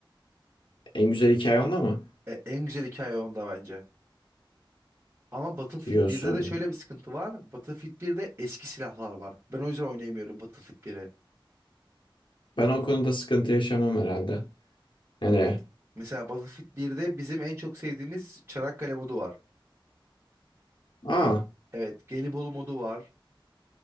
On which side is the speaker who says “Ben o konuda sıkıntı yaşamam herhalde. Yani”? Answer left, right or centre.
Left